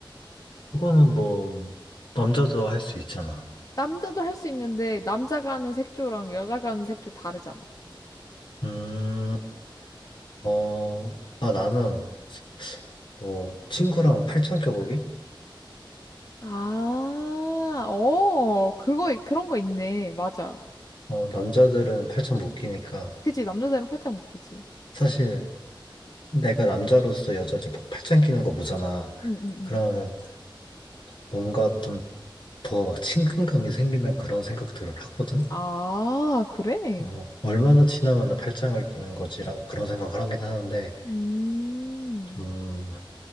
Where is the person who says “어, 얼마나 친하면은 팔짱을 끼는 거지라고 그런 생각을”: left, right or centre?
Left